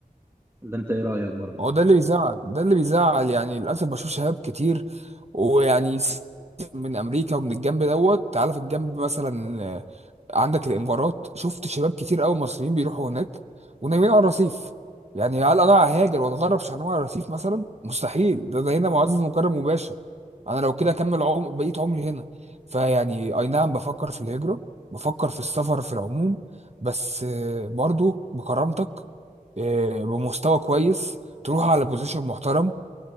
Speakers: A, on the right (about 20°); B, on the right (about 45°).
A: ولا أنت إيه رأيك برضه؟
B: ما هو ده اللي بيزعل ده اللي بيزعل يعني للاسف بشوف شباب كتير ويعني س- من امريكا ومن الجنب دوت تعالى في الجنب مثلا آه، عندك الامارات شفت شباب كتير قوي مصريين بيروحوا هناك ونايمين على الرصيف يعني هل انا ههاجر واتغرب عشان انام على الرصيف مثلا مستحيل ده ده هنا معزز مكرم مباشر انا لو كده اكمل عم... بقيت عمري هنا فيعني اي نعم بفكر في الهجره بفكر في السفر في العموم بس آه، برضو بكرامتك آه، بمستوى كويس تروح على بوزيشن محترم